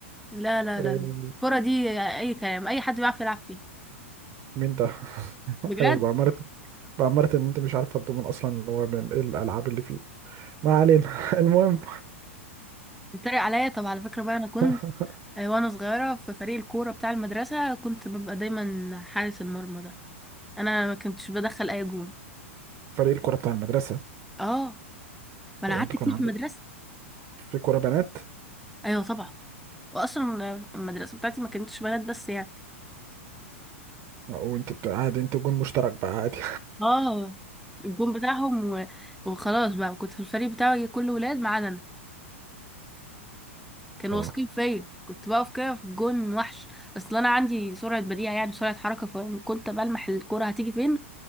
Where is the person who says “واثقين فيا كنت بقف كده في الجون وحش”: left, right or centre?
Centre